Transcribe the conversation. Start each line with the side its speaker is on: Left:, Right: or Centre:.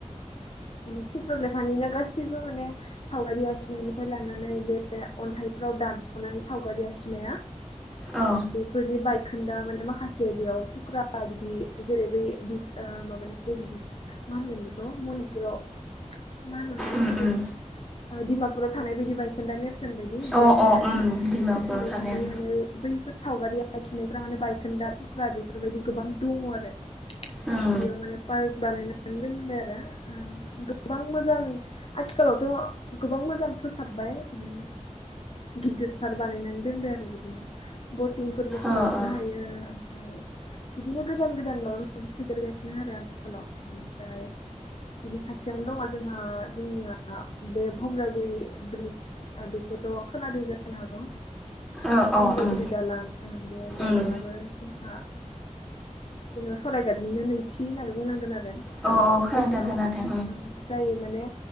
Left: माने सिथ्र लेखानिनो गासैबो माने सावगारि आखिनायनिफ्राय लानानै बे अन्थाइफ्राव दानख'नाय सावगारि आखिनाया
Centre: औ
Left: फोरनि ब खोनदा माने माखासे बेयाव थुख्रा बिदि जेरै बै स माबानि बादिस मा होनगोन? मनिपुराव मा होनलाय
Centre: उम
Left: सरि
Centre: उम
Left: डिमापुराव थानाय बायदि बाइक खोन ने बेयावबो
Centre: अ अ
Left: मान्रे
Centre: उम डिमापुराव
Left: सिथ्र लेखानि
Centre: थानाया
Left: बैफोर सावगारि। आखिनायफ्रा माने बायखोन्दा थुख्रा बेफोरबायदि गोबां दङ आरो।
Centre: उम
Left: बेयाव माने पार्क बानायनानै दोनबाय आरो गोबां मोजां आथिखालावथ' गोबां मोजां फोसाबबाय उम। गिदिरथार बानायनानै दोनबाय आरो बिदिनो बटिंफोरबो
Centre: अ
Left: खालामनो
Centre: अ
Left: हायो। ओमफ्राय बिदिनो गोदान गोदानल' सोदेरगासिनो आरो आथिखालाव निफ्राय। नि खाथियावनो दङ जोंहा जोंनिया बे भुम्रागुरि ब्रिज बेखौथ ' खोनादों जानो हागौ।
Centre: अ अ
Left: हमजागुरि
Centre: उम
Left: दालां बे दालाङाबो
Centre: उम
Left: जोंहा जेनेबा सरायघाटनिनो नैथि होननानै बुंनांगोन आरो। आरो दालांफोरनि
Centre: अ खोनादों
Left: गेजेराव
Centre: खोनादों
Left: जाय माने।